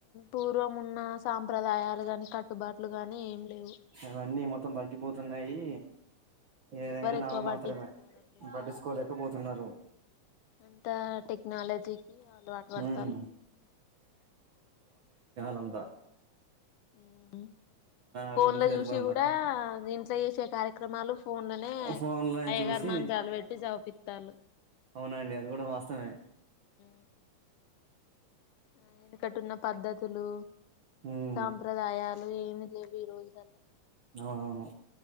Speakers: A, on the left; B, on the right.
A: పూర్వం ఉన్న సాంప్రదాయాలు గాని కట్టుబాట్లు గాని ఏం లేవు
B: అవన్నీ మొత్తం తగ్గిపోతున్నాయి ఏదైనా
A: ఎవరు ఎక్కువ
B: నావ మాత్రమే
A: పట్టించుకోవడం లేదు
B: పట్టిుకోలేకపోతున్నారు
A: అంతా టెక్నాలజీకి అలవాటు పడతాలు
B: ఉమ్ నంద
A: ఉ ఫోన్
B: అవి
A: లో చూసి
B: సరిపోతుంది
A: కూడా
B: తప్ప
A: ఇంట్లో చేసే కార్యక్రమాలు ఫోన్ లోనే
B: ఫోన్లని
A: అయ్యగారి
B: చూసి
A: మంత్రాలు పెట్టి చవిపిత్తాలు
B: అవునండి అది గూడా వాస్తవమే
A: హ ఆ ఎనకటున్న పద్ధతులు
B: ఉమ్
A: సాంప్రదాయ ఏమి లేవు ఈ రోజులల
B: అవునవును